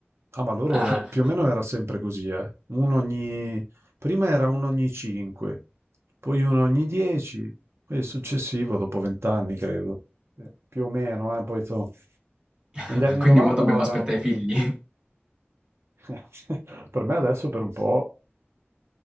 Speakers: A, on the right; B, on the right.
A: Ah, ma loro
B: Ah,
A: eh, più o meno era sempre così, eh. Uno ogni... Prima era uno ogni 5, poi uno ogni 10 e il successivo dopo 20 anni, credo. Eh, Più o meno, eh. Poi so.
B: <laughs>
A: Negli anni
B: quindi
A: 90
B: mo dobbiamo
A: no, erano
B: aspettare
A: un po'
B: i
A: più...
B: figli.
A: <laughs> Per me adesso per un po'